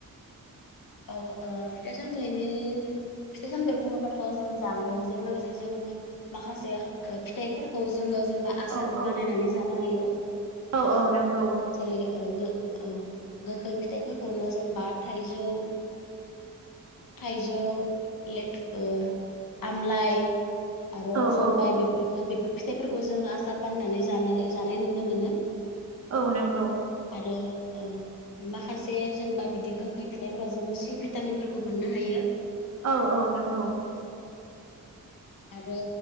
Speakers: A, on the left; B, on the right.
A: औ ओ फिथाइ सामथाइनि फिथाइ सामथाइ बुङोबाथ' जों जानायजों लोगोसे जों माखासे फिथाइफोरखौ जोङो जेनेबा आसार
B: औ औ
A: बानायनानै जानो हायो।
B: औ औ नंगौ
A: जेरै गोखै फिथाइफोरखौनो जेनबा थाइजौ थाइजौ लेथु ओ आमलाइ आरो
B: औ
A: जलफाय
B: औ
A: बेफोरखौ बेफोर फिथाइफोरखौ जोङो आसार बानायनानै जानो जानाय नुनो मोनो।
B: औ नंगौ।
A: आरो ओ माखासे जेनेबा बिदि गोखै फिथाइफोराव ज जोङो सि भिटामिनफोरखौ मोननो हायो।
B: औ औ नंगौ। <inaudible>
A: आरो